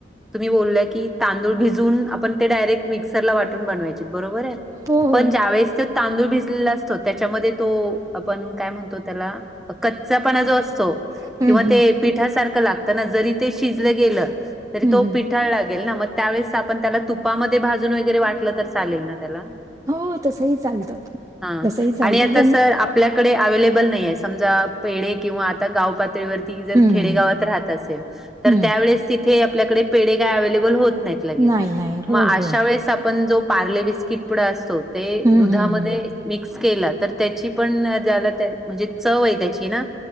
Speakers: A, in the centre; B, on the right.
A: तुम्ही बोललाय की, तांदूळ भिजून आपण ते डायरेक्ट मिक्सर ला वाटून बनवायचे बरोबर आहे,
B: हो हो
A: पण ज्या वेळेस तांदूळ भिजलेला असतो, त्याच्यामध्ये तो आपण काय म्हणतो त्याला कच्चापणा जो असतो
B: हम्म
A: किंवा
B: हम्म
A: ते पिठासारखं लागत ना, जरी ते शिजलं गेलं तरी
B: हम्म
A: तो
B: हम्म
A: पिठ ठाळ लागेल ना, मग त्यावेळेस आपण त्याला तुपामध्ये भाजून वगैरे वाटलं तर चालेल ना त्याला?
B: हो तसही चालतं
A: हा,
B: तसही चालतं
A: आणि आता
B: पण
A: असं आपल्याकडे अव्हेलेबल नाहीये, समजा पेढे किंवा आता गाव पातळीवर जर
B: हम्म
A: खेडेगावात राहत असेल तर,
B: हं.
A: त्यावेळेस तिथे आपल्याकडे पेढे काय अवलेबल होत नाहीत. लगेच
B: नाही, नाही. हो,
A: मग अशा
B: हो.
A: वेळेस आपण जो पार्ले बिस्किट पुडा असतो, ते
B: हं,
A: दुधामध्ये
B: हं, हं.
A: मिक्स केला तर त्याची <unintelligible> म्हणजे चव आहे, त्याची ना.